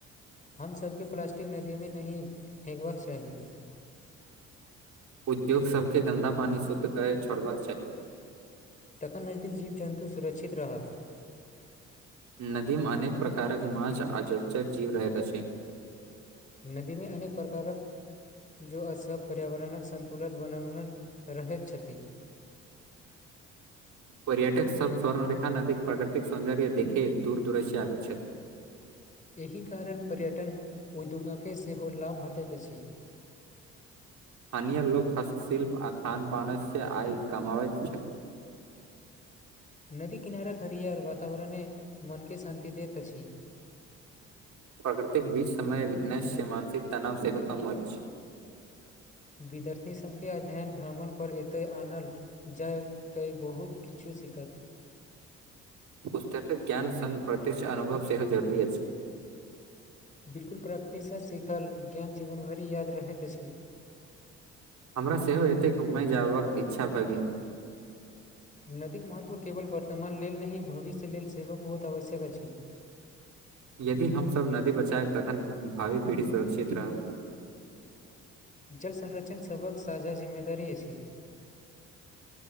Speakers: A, on the left; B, on the right.
A: हम सभके प्लास्टिक नदी मे नहि फेेकबाक चाही
B: उद्योग सब के गन्दा पानी शुद्ध करे छोड़बाक चाही
A: तखन नजदीक जीव जन्तु सुरक्षित रहत
B: नदी मे अनेक प्रकारक माछ आ जलचर जीव रहैत अछि
A: नदी मे अनेक प्रकारक जो अच्छा पर्यावरणक सन्तुलन <unintelligible> रहैत छथि
B: पर्यटक सभ स्वर्ण रेखा नदीक प्राकृतिक सौंन्दर्य देखे दूर दूरस्य आवे छथि
A: एहि कारण पर्यटन उद्योगके सेहो लाभ भेटैत अछि
B: अन लोक हस्तशिल्प आ खान पान सँ आय कमाबेयत छथि
A: नदी किनारक हरियर वातावरणे मन के शान्ति दैत अछि
B: प्रकृतिक बीच समय <unintelligible> मानसिक तनाव सेहो कम होयत अछि
A: विद्यार्थी सबके अध्ययन भ्रमण पर एतय आनल जाय तऽ बहुत किछु सीखत
B: पुस्तकक ज्ञान संग प्रत्यक्ष अनुभव सेहो जरुरी अछि
A: बिल्कुल प्रकृति सँ सीखल ज्ञान जीवनभरि याद रहैत अछि
B: हमरा सेहो एते घूमय जाबक इच्छा भए गेल
A: नदीके महत्व केवल वर्तमान लेल नहि भविष्य लेल सेहो बहुत आवश्यक अछि
B: यदि हमसभ नदी बचायब तखन भावी पीढ़ी सुरक्षित रहत
A: जल संरक्षण सभक साझा जिम्मेदारी अछि